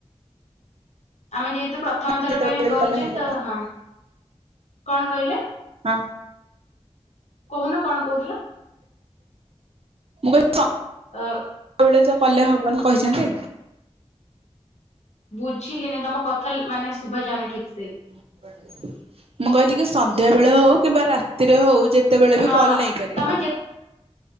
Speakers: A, on the left; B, on the right.
A: ଆମେ ଯେହେତୁ ପ୍ରଥମ ଥର
B: ଯେତେବେଳେ
A: ପାଇଁ
B: ବି
A: କରୁଛେ
B: କଲେ ହବ
A: ତ ହଁ କଣ କହିଲେ?
B: ହଁ।
A: କହୁନ କଣ କହୁଥିଲ?
B: ମୁଁ କହିଲି
A: ଅ
B: ସ୍ <unintelligible> କଲେ ହବନି କହିଛନ୍ତି।
A: ବୁଝିଲିନି ତମ କଥା ମାନେ ଶୁଭା ଯାଉନି ଠିକିସେ।
B: ମୁଁ କହିଲି କି ସ ସନ୍ଧ୍ୟ ବେଳେ ହଉ କିମ୍ବା ରାତିରେ ହଉ ଯେତେବେଳେ ବି
A: ହଁ
B: କଲ ନେଇପାରିବ।
A: ତମେ